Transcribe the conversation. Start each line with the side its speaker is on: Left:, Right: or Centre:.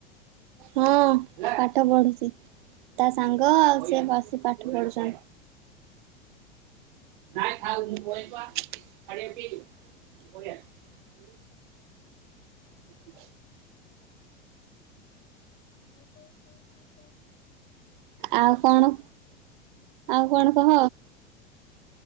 Right: ହଁ ପାଠ ପଢୁଛି ତା ସାଙ୍ଗ ଆଉ ସିଏ ବସି ପାଠ ପଢୁଛନ୍ତି। ନାଇଁ ଥାଉ ମୁଁ
Left: ଆଉ
Right: କଇଲି ବା ଚଢିବାକୁ କିଏ ଜୀବ <unintelligible> <unintelligible>
Left: ହିଁ କଣ କହୁଛୁ କହ
Right: ଆଉ କଣ? ଆଉ କଣ କହ